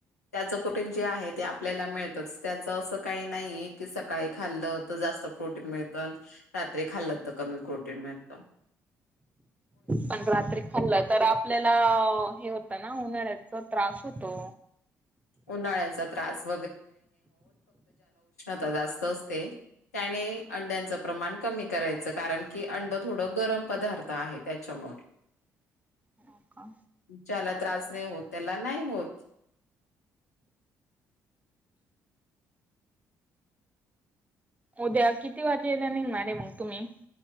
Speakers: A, on the left; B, on the right.
A: त्याच प्रोटीन जे आहे ते, आपल्याला मिळतच त्याच असं काही नाही की स- काळी खाल्लं तर जास्त प्रोटीन मिळतं खाल्ल तर कमी प्रोटीन मिळत.
B: पण रात्री खाल्लं, तर आपल्याला हे होतं ना उन्हाळ्याच त्रास होतो.
A: उन्हाळ्याचा त्रास ता जास्त असते. त्याने अंड्यांचं प्रमाण कमी करायचं कारण की, अंड थोडं गरम पदार्थ आहे त्याच्यामुळे
B: <inaudible> हो का?
A: ज्याला त्रास नाही होत त्याला नाही होत.
B: उद्या किती वाजे यायला निघणार आहे मग तुम्ही?